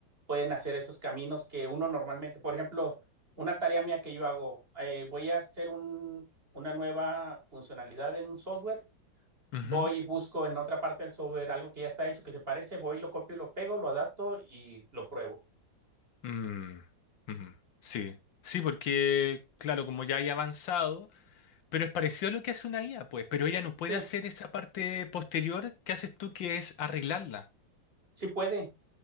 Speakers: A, on the right; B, on the left.
A: pueden hacer esos caminos que uno normalmente, por ejemplo, una tarea mía que yo hago, eh, voy a hacer un- una nueva funcionalidad en un software,
B: Ujú.
A: voy y busco en otra parte del software algo que ya está hecho, que se parece, voy, lo copio y lo pego, lo adapto y lo pruebo.
B: Mm, mm, sí. Sí, porque, claro, como ya hay avanzado, pero es parecido a lo que hace una IA, pues, pero ella no puede
A: Sí,
B: hacer esa parte posterior que haces tú, que es arreglarla.
A: sí puede,